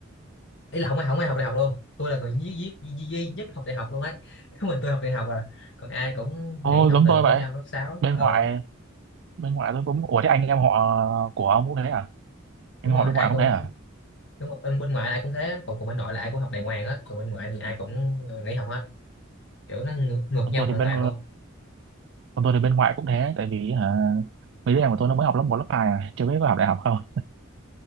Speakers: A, on the left (about 55°); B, on the right (about 60°).
A: ý là không ai không ai học đại học luôn tôi là người duy, duy, duy, duy nhất học đại học luôn ấy <laughs> Có mình tôi học đại học à còn ai cũng
B: ồ
A: nghỉ học
B: giống
A: từ
B: tôi
A: lớp
B: vậy
A: 5 lớp sáu
B: bên
A: ờ
B: ngoại bên ngoại tôi cũng ủa thế anh em họ của ông cũng thế à anh
A: đúng
B: em
A: rồi
B: họ bên
A: ai
B: ngoại cũng
A: cũng
B: thế à
A: đúng rồi, bên bên ngoại là ai cũng thế còn, còn bên nội là ai cũng học đại ngoan hết còn bên ngoại thì ai cũng nghỉ học hết kiểu nó ngược, ngược
B: Còn
A: nhau
B: tôi
A: hoàn
B: thì bên
A: toàn luôn
B: Còn tôi thì bên ngoại cũng thế, tại vì hả, mấy đứa em của tôi nó mới học lớp một lớp 2 à, chưa biết có học đại học không.